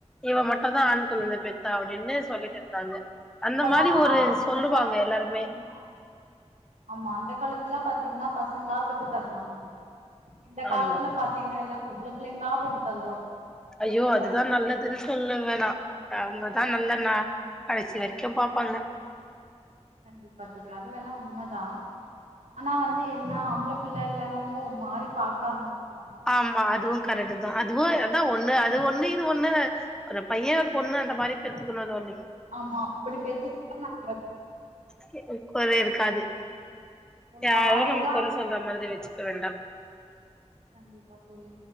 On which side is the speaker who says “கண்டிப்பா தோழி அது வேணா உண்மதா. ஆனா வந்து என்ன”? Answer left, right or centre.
Right